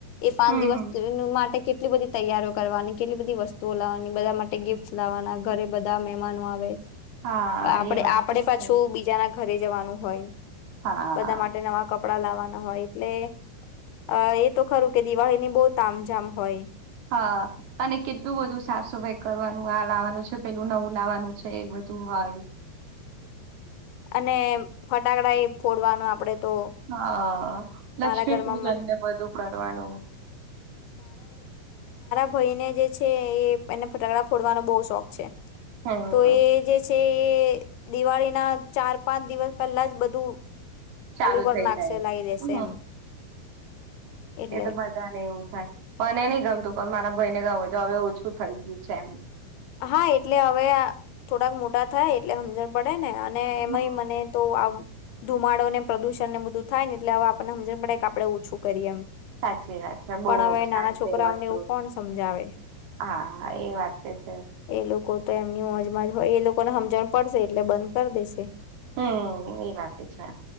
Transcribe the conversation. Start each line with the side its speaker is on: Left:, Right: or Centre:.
Left: એ પાંચ
Right: હમ
Left: દિવસ માટે કે. કેટલી બધી તૈયારીઓ કરવાની કેટલી બધી વસ્તુઓ લાવવાની બધા માટે ગિફ્ટ લાવવાના ઘરે બધા. બા મહેમાનો આવે.
Right: હા
Left: આપડે
Right: એ વાત
Left: આપડે
Right: બી
Left: પાછું
Right: છે
Left: બીજાના. ઘરે જવાનું હોય.
Right: હા
Left: બધા માટે નવા કપ. કપડા લાવવાના હોય એટલે અ એ તો ખરું કે દિવાળીની બહુ તામજામ હોય.
Right: હા અને કેટલું બધું સાફ સફાઈ કરવાનું આ લાવવાનું છે પેલું નવું લાવવાનું છે એ બધું હોય.
Left: અને ફટાકડા એ ફોડવાનું આપડે. તો
Right: હા લક્ષ્મી
Left: મારા ઘરમાં
Right: પૂજન
Left: મારા
Right: ને બધું કરવાનું.
Left: ભય ને જે છે એ એને ફટાકડા ફોડવાનો બહુ શોખ છે.
Right: હમ
Left: તો એ જે છે. તે દિવાળીના. ચાર પાંચ દિવસ પહેલા જ બધું.
Right: ચાલુ
Left: કરી
Right: થઈ
Left: નાખશે
Right: જાય
Left: લાવી દેશે
Right: અ
Left: એમ એટલે
Right: એ તો બધાને એવું થાય મને નહીં ગમતું પણ મારા <unintelligible> ભાઈને ગમે હો તો આવે એવું છે. શુ થઈ ગયું છે એમ.
Left: હા એટલે હવે થોડાક મોટા થયા એટલે સમજણ પડે. ને અને
Right: હમ,
Left: એમાંય મને તો આ. ધુમાડો ને પ્રદૂષણ ને બધું થાય ને એટલે હ આપને સમજને પડે કે આપણે ઓછું કરીએ એમ.
Right: સાચી વાત છે બહુ
Left: પણ
Right: નુકસાન
Left: હવે નાના
Right: છે
Left: છોકરાઓને
Right: વસ્તુ
Left: એવું કોણ સમજાવે
Right: હા એ વાત છે.
Left: એ લોકો. તો એમની મોજમાંજ હોય એ લોકોને સમજણ પડશે એટલે બંધ કરી દેશે.
Right: હમ એ વાત છે